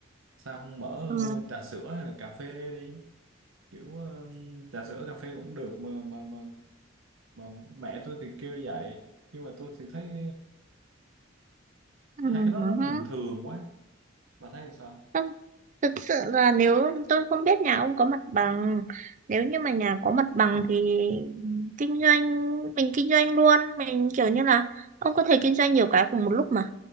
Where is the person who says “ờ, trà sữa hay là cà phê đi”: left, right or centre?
Right